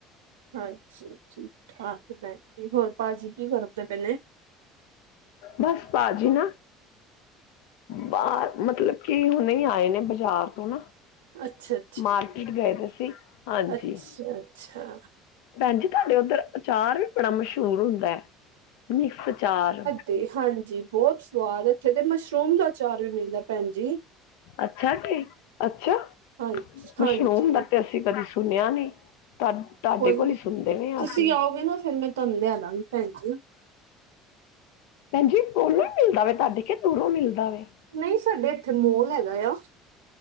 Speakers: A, on the right (about 85°); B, on the left (about 75°).
A: ਹਾਂਜੀ ਠੀਕ ਠਾਕ ਭੈਣ ਜੀ, ਹੋਰ ਭਾਜੀ ਕੀ ਕਰਦੇ ਪਏ ਨੇ
B: ਬਸ ਭਾਜੀ ਨਾ- ਬਾਹਰ, ਮਤਲਬ ਕਿ ਹੁਣੇ ਆਏ ਨੇ ਬਜ਼ਾਰ ਤੋਂ ਨਾ
A: ਅਛਾ-
B: ਮਾਰਕੀਟ ਗਏ ਦੇ ਸੀ, ਹਾਂਜੀ-
A: ਅੱਛਾ ਅੱਛਾ
B: ਭੈਣ ਜੀ ਤੁਹਾਡੇ ਉਧਰ ਅਚਾਰ ਵੀ ਬੜਾ ਮਸ਼ਹੂਰ ਹੁੰਦਾ ਹੈ, ਮਿਕਸ ਅਚਾਰ
A: ਤੇ ਹਾਂਜੀ ਬਹੁਤ ਸਵਾਦ, ਇਥੇ ਤੇ ਮਸ਼ਰੂਮ ਦਾ ਅਚਾਰ ਵੀ ਮਿਲਦਾ ਭੈਣ ਜੀ
B: ਅਛਾ ਤੇ ਅਛਾ,
A: ਹਾਂਜੀ ਹਾਂਜੀ
B: ਮਸ਼ਰੂਮ ਦਾ ਤੇ ਅਸੀ ਕਦੇ ਸੁਣਿਆ ਨਹੀ ਤੂ ਤੁਹਾਡੇ
A: ਕੋਈ
B: ਕੋਲ
A: ਨੀ
B: ਹੀ ਸੁਣਦੇ ਨੇ,
A: ਤੁਸੀਂ
B: ਆਕੇ
A: ਆਓਗੇ ਨਾ ਫਿਰ ਮੈਂ ਤੁਹਾਨੂੰ ਲਿਆ ਦਾਂਗੀ ਭੈਣ ਜੀ।
B: ਭੈਣ ਜੀ ਕੋਲੋ ਮਿਲਦਾ ਵੇ ਤੁਹਾਡੇ, ਕੇ ਦੂਰੋਂ ਮਿਲਦਾ ਵੇ।
A: ਨਹੀਂ ਸਾਡੇ- ਇਥੇ ਮੋਲ ਹੈਗਾ ਆ,